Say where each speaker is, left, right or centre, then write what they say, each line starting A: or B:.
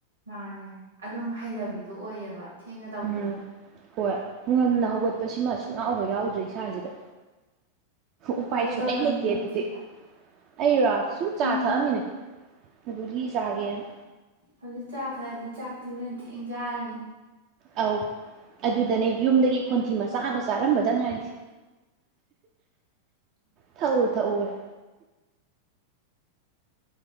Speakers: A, on the right; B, on the right.
A: ꯃꯥꯅꯦ ꯑꯗꯨꯝ ꯍꯩꯅꯕꯤꯗꯣ ꯑꯣꯏꯌꯦꯕ ꯊꯦꯡꯅ ꯇꯧꯕꯗꯣ
B: ꯎꯝ ꯍꯣꯏ ꯉꯟꯅ ꯍꯧꯒꯠꯄꯁꯤꯃ ꯁꯨꯡ ꯋꯥꯎ ꯍꯦꯛ ꯌꯥꯎꯗ꯭ꯔꯦ ꯏꯁꯥꯁꯤꯗ ꯎꯄꯥꯏ
A: ꯀꯩꯗꯧꯔꯝꯃꯤꯅꯣ
B: ꯁꯨꯡꯂꯩ ꯂꯩꯇꯦ ꯑꯗꯨꯗꯤ
A: ꯍꯧꯖꯤꯛ
B: ꯑꯩꯔꯥ ꯁꯨꯝ ꯆꯥ
A: ꯎꯝ
B: ꯊꯛꯑꯝꯃꯤꯅꯦ ꯒꯨꯂꯤ ꯆꯥꯒꯦꯅ
A: ꯍꯧꯖꯤꯛ ꯆꯥ ꯊꯛꯑꯗꯤ ꯆꯥꯛꯇꯤ ꯍꫭꯔꯦꯟ ꯊꯦꯡ ꯆꯥꯔꯅꯤ
B: ꯑꯧ ꯑꯗꯨꯗꯅꯦ ꯌꯨꯝꯗꯒꯤ ꯈꯣꯟꯊꯤ ꯃꯆꯥ ꯃꯆꯥ ꯆꯥꯔꯝꯕꯗ ꯉꯥꯏꯔꯤ ꯊꯛꯎ ꯊꯛꯎꯅ